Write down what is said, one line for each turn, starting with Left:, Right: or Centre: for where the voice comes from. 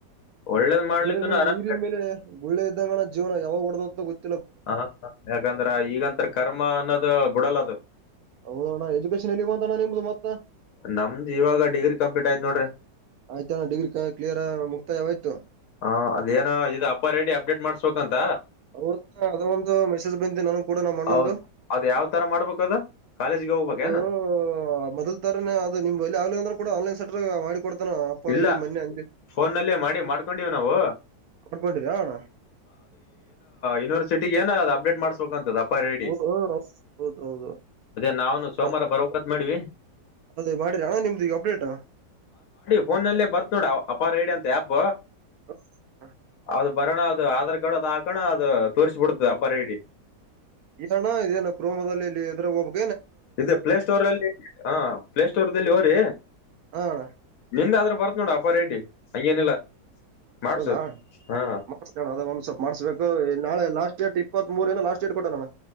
Left: ಒಳ್ಳೇದ್ ಮಾಡ್ಲಿಕ್ಕೂನು
Right: ನೀರಿನ್
Left: ಆರಾಮ್
Right: ನೀರಿನ್ ಮೇಲೆ ಗುಳ್ಳೆ ಇದಂಗಣ ಜೀವ್ ಯಾವಾಗಡ ಗ
Left: ಹ ಯಾಕಂದ್ರ ಈಗಂತ್ರ ಕರ್ಮ ಅನ್ನೋದು ಬಿಡಲ್ಲದು.
Right: ಹೌದಣ್ಣ ಎಜುಕೇಶನ್ ಎಲಿಗ್ ಬಂತಾಣ ನಿಮ್ದು ಮತ್
Left: ನಮ್ದ್ ಇವಾಗ ಡಿಗ್ರಿ ಕಂಪ್ಲೀಟ್ ಆಯ್ತ್ ನೋಡ್ರಿ.
Right: ಆಯ್ತಾ ಡಿಗ್ರಿ ಕ ಕ್ಲಿಯರ್ ಮುಕ್ತಾಯ ವ ಆಯ್ತು.
Left: ಹಾ ಅದೇನ ಇದು ಅಪರ್ ಐಡಿ ಅಪ್ಡೇಟ್ ಮಾಡ್ಸ್ಬೇಕಂತ.
Right: ಅವರ್ದ ಅದು ಒಂದು ಮೆಸೇಜ್ ಬಂದೆ ನನಗ್ ಕೂಡ ನಮ್ಮ್ ಅಣ್ಣಂದು.
Left: ಹೌದ್ ಅದ್ ಯಾವ್ ತರ ಮಾಡ್ಬೇಕದ ಕಾಲೇಜ್ಗೆ ಹೋಗ್ಬೇಕೇನು
Right: ಅದು ಮೊದಲ್ ತಾರನೇ ಅದು ನಿಮ್ ಆಗ್ಲಿಲ್ಲ ಅಂದ್ರೆ ಕೂಡ ಆನ್ಲೈನ್ ಸ ಮಾಡಿ ಕೊಡ್ತಾನ ಅಪ್ಪಾರ
Left: ಇಲ್ಲ
Right: ಇಡಿ ಮೊನ್ನೆ ಅ
Left: ಫೋನ್ ನಲ್ಲಿ ಮಾಡಿ ಮಾಡ್ಕೊಂಡಿವ್ ನಾವು
Right: ಅಣಕೊಂಡರಣ
Left: ಯೂನಿವರ್ಸಿಟಿ ಏನ ಅಪ್ಡೇಟ್ ಮಾಡ್ಬೇಕ ಅಂತದ ರೆಡಿ
Right: ಹೌದು ಹೌದು ಹೌದು ಹೌದು
Left: ಅದೇ ನಾವನು ಸೋಮವಾರ
Right: ಅ-
Left: ಬರಕಾದ ಮಾಡವಿ
Right: ಅದೇ ಮಾಡಿರ ಅಣ್ಣ ನಿಮ್ದಗ ಅಪ್ಡೇಟಾ
Left: ಫೋನಲ್ಲೇ ಬರ್ತ್ ನೋಡ ಅಪಾರ ಐಡಿ ಅಂತ ಆ್ಯಪ್
Right: ಹ್ಮ ಹ್ಮ್ ಹ
Left: ಅದು ಬರೋಣ ಅದು ಆಧಾರ್ ಕಾರ್ಡ್ ಅದುಾಕಣ ಅದು ತೋರ್ರಿಸಿಬ ಬಿಡ್ತದ ಬರ ಇಡಿ
Right: ಏಣ ಇದೇನ ಕ್ರೋಮದಲ್ಲಿ ಇಲ್ಲಿ ಎದ್ರ ಹೋಗ್ಬೇಕು
Left: ಇದು ಪ್ಲೇ ಸ್ಟೋರ್ ಅಲ್ಲಿ ಹಾ ಪ್ಲೇ ಸ್ಟೋರ್ಲ್ಲಿ ಹೋರಿ
Right: ಹಾ ಅಣ್ಣ
Left: ನಿಂದೆ ಆದ್ರೂ ಬರ್ತ್ ನೋಡ ಅಪ್ಪ ರೆಡ್ಡಿ ಹಂಗೇನಿಲ್ಲ ಮಾಡ್ಸು
Right: ಹೌದಾ
Left: ಹಾ
Right: ಮಾಡ್ಸ್ಕೋಣ ಅದ ಒಂದ್ ಸ್ವಲ್ಪ ಮಾಡ್ಸ್ಕು ನಾಳೆ ಲಾಸ್ಟ್ ಡೇ ಇಪ್ಪತ್ರಿ ಲಾಟ್ ಡಟ್ ಕೊಟ್ಟ ನಣು